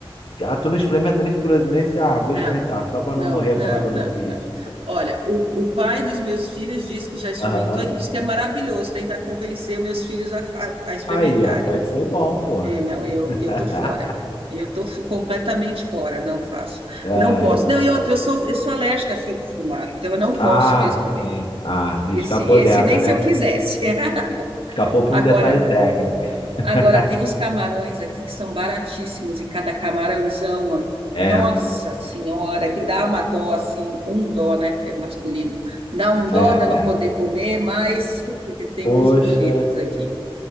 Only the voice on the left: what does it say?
Ah, tu não experimenta nem por curiosidade, nem, se, ah, vou
experimentar, só pra
não morrer
e falar que eu
não fiz.
Aham.
Aí, ó, pode ser bom, pô.
<laughs>
Ai.
Ah,
sim. Ah, escapou
dessa,
né?
Escapou por
um detalhe técnico. <laughs>
É.
Pô.
É,
é.
Poxa.